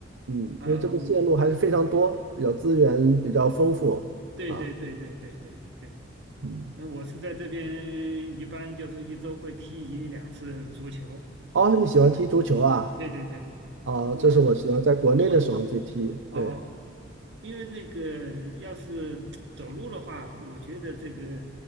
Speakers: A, on the right; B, on the right.
A: 嗯，
B: 啊，
A: 因为这个线路还是非常多，
B: 我
A: 比较资源比较丰富啊。
B: 对对对对对对对，
A: 嗯，
B: 那我是在这边一般就是一周会踢一两次足球。
A: 哦，你喜欢踢足球啊？
B: 对对对，
A: 啊，
B: 嗯、
A: 这是我喜欢在国内的时候去踢，
B: 因为我我哦，
A: 对，
B: 因为那个要是走路的话，我觉得这个